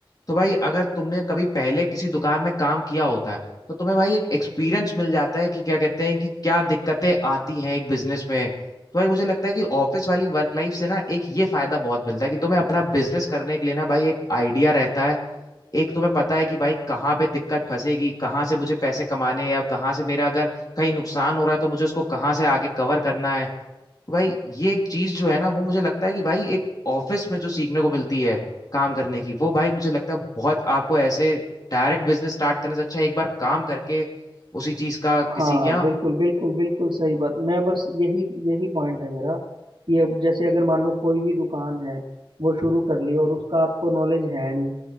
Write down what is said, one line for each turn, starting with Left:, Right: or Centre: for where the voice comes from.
Left: तो भाई अगर तुमने कभी पहले किसी दुकान में काम किया होता है तो तुम्हें भाई एक एक्सपीरियंस मिल जाता है कि क्या कहते हैं कि क्या दिक्कतें आती हैं एक बिजनेस में तो भाई मुझे लगता है कि ऑफिस वाली वर्क लाइफ से ना एक ये फायदा बहुत मिलता है कि तुम्हें अपना बिजनेस करने के लिए ना भाई एक आइडिया रहता है एक तुम्हें पता है कि भाई कहाँ पे दिक्कत फंसेगी कहाँ से मुझे पैसे कमाने हैं या कहाँ से मेरा अगर कहीं नुकसान हो रहा है तो मुझे उसको कहाँ से आगे कवर करना है तो भाई ये एक चीज जो है ना वो मुझे लगता है कि भाई एक ऑफिस में जो सीखने को मिलती है काम करने की वो भाई मुझे लगता है बहुत आपको ऐसे डायरेक्ट बिजनेस स्टार्ट करने से अच्छा है एक बार काम करके उसी चीज का किसी
Right: हाँ
Left: क्या
Right: बिल्कुल बिल्कुल बिल्कुल सही बात मैं बस यही यही पॉइंट है मेरा कि अब जैसे अगर मान लो कोई भी दुकान है वो शुरू कर ली और उसका आपको नॉलेज है नहीं